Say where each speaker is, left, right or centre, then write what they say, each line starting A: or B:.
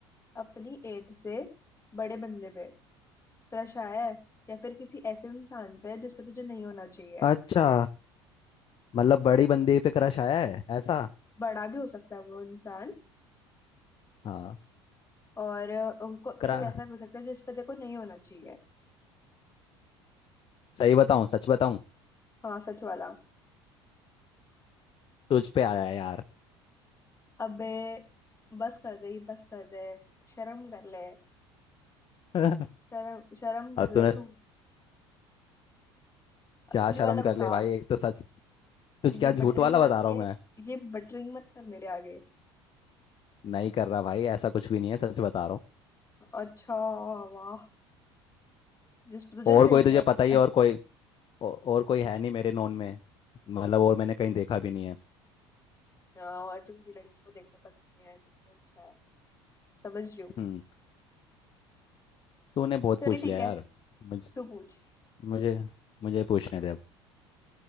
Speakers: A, on the left; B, on the left.
A: अपनी एज से बड़े बंदे पे क्रश आया है या फिर किसी ऐसे इंसान पे जिस पे तुझे नहीं होना चाहिए
B: अच्छा मतलब बड़ी बंदी पे क्रश आया है ऐसा
A: बड़ा भी हो सकता है वो इंसान
B: हाँ
A: और अ, को,
B: करा
A: कोई ऐसा भी हो सकता है जिस पे देखो नहीं होना चाहिए
B: सही बताऊं सच बताऊं
A: हाँ सच वाला
B: तुझ पे आया है यार
A: अबे बस कर दे बस कर दे शर्म कर ले
B: <laughs>
A: शर्म शर्म
B: अब
A: कर
B: तूने
A: ले तू
B: क्या
A: असली वाला
B: शर्म कर
A: बता
B: ले भाई एक तो सच तुझ क्या
A: ये बटरिंग
B: झूठ वाला बता
A: मत
B: रहा
A: ये
B: हूँ मैं
A: ये बटरिंग मत कर मेरे आगे
B: नहीं कर रहा भाई ऐसा कुछ भी नहीं है सच बता रहा हूँ
A: अच्छा वाह जिस पे तुझे
B: और
A: नहीं
B: कोई तुझे पता
A: आना
B: ही है और कोई औ- और कोई है नहीं मेरे नॉन में मतलब और मैंने कहीं देखा भी नहीं है
A: हाँ और तू किसी लड़की को देखता तक नहीं है कितना अच्छा है समझ रही हूँ
B: हम्म तूने बहुत
A: चल
B: पूछ
A: ठीक
B: लिया
A: है
B: यार मुझे
A: तू पूछ
B: मुझे मुझे पूछने दे अब